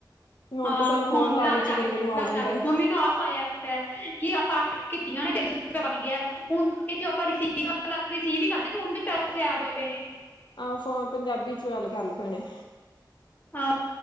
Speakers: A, on the left; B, on the left.
A: ਤੇ ਹੁਣ
B: ਹਾਂ
A: ਤੇ ਸਾਨੂੰ ਹੋਰ
B: ਹੁਣ ਲਾਲਚ ਆ ਗਿਆ
A: ਬੰਦੇ ਨੂੰ
B: ਲਾਲਚ
A: ਜਾਂਦਾ
B: ਆ ਗਿਆ
A: ਏ।
B: ਮੰਮੀ ਨੂੰ ਆਪ ਆਇਆ। ਕੀ ਆਪਾਂ ਅੱਠ ਕੀਤੀਆਂ ਨੇ ਤਿੰਨ ਸੌ ਰੁਪਇਆ ਬਣ ਗਿਆ। ਹੁਣ ਇੱਥੇ ਆਪਾਂ ਰਿਸੀਵ ਆਪਾਂ ਰਿਸੀਵ ਹੀ ਕਰਦੇ ਪ‌ਏ ਆ ਹੁਣ ਵੀ ਪੈਸੇ ਐਡ ਹੋਏ ਪਏ ਨੇ।
A: ਆਹੋ ਫੋਨ ਪੰਜਾਬੀ ਚ ਗੱਲ ਕਰਲੋ ਭੈਣੇ।
B: ਹਾਂ।